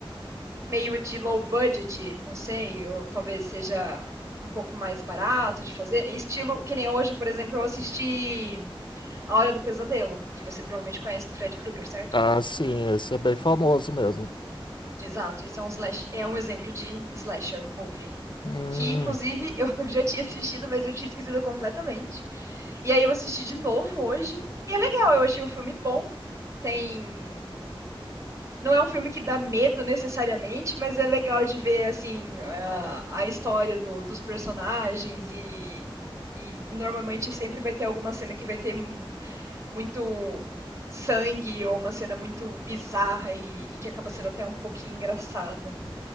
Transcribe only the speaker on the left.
Ah, sim, esse é bem famoso mesmo.
Hum,